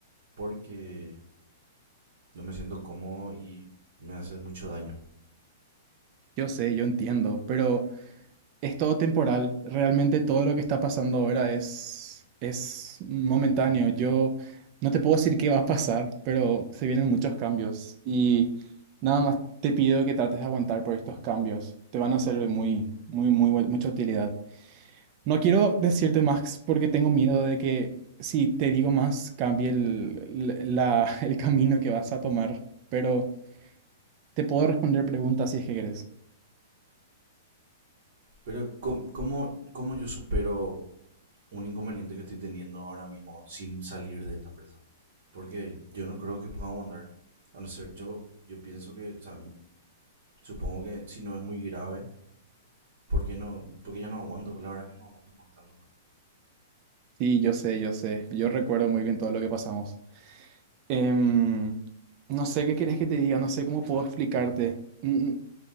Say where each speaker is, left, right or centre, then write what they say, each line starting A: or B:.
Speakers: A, on the right (about 65°); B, on the right (about 40°).
A: porque no me siento cómodo y me hace mucho daño.
B: Yo sé, yo entiendo, pero... Es todo temporal. Realmente todo lo que está pasando ahora es, es momentáneo. Yo no te puedo decir qué va a pasar, pero se vienen muchos cambios. Y nada más te pido que trates de aguantar por estos cambios. Te van a hacer de muy, muy, muy, bu- mucha utilidad. No quiero decirte más porque tengo miedo de que si te digo más cambie el, la- <laughs> el camino que vas a tomar. Pero te puedo responder preguntas si es que querés.
A: Pero ¿cómo, cómo, cómo yo supero un inconveniente que estoy teniendo ahora mismo sin salir de esta empresa? Porque yo no creo que pueda aguantar. A no ser, yo, yo pienso que, o sea, supongo que si no es muy grave, ¿por qué no? Porque ya no aguanto, la verdad que no aguanto más estando acá.
B: Sí, yo sé, yo sé. Yo recuerdo muy bien todo lo que pasamos. Em, no sé qué querés que te diga, no sé cómo puedo explicarte. Mm, mm,